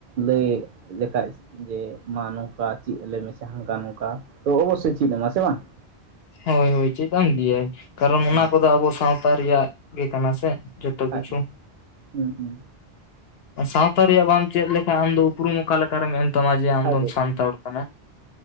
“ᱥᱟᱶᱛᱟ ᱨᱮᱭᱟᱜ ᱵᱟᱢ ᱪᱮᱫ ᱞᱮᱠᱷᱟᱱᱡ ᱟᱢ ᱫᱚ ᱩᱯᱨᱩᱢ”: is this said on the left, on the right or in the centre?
Left